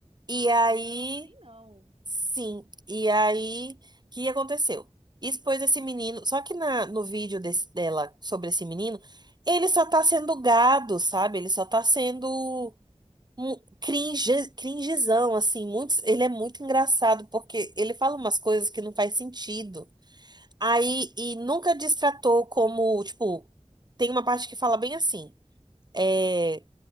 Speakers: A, on the right (about 50°); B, on the right (about 35°).
A: Ah,
B: E aí,
A: não, aí não.
B: sim. E aí, o que aconteceu? Expôs esse menino. Só que na, no vídeo desse- dela sobre esse menino, ele só tá sendo gado, sabe? Ele só tá sendo um cringe, cringezão, assim. Muitos, ele é muito engraçado, porque ele fala umas coisas que não faz sentido. Aí, e nunca destratou como, tipo, tem uma parte que fala bem assim, é,